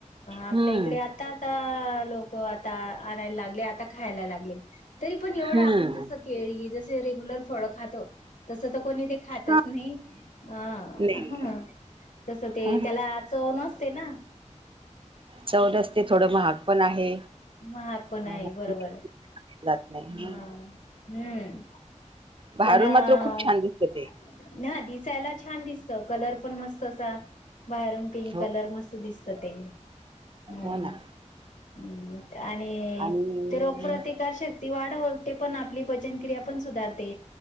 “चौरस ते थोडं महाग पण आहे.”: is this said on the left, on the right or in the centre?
Right